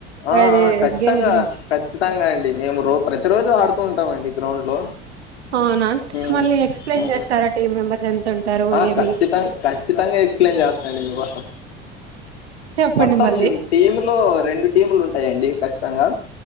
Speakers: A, on the left; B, on the right.
A: ఆ
B: అది
A: ఆ ఖచ్చితంగా
B: గేమ్ గురించి
A: ఖచ్చితంగా అండి మేము రో ప్రతిరోజు ఆడు కుంటామండి గ్రౌండ్ లో
B: అవునా
A: ఊ
B: మళ్ళీ ఎక్స్ప్లెయిన్
A: ఊ
B: చేస్తారా టీమ్ మెంబర్స్ ఎంత ఉంటారు
A: ఆ
B: ఏమి
A: ఖచ్చితంగా ఖచ్చితంగా ఎక్స్ప్లెయిన్ చేస్తాండి మీకోసం
B: చెప్పండి
A: మొత్తం
B: మళ్ళీ
A: టీమ్ లో రెండు టీములు ఉంటాయండి ఖచ్చితంగా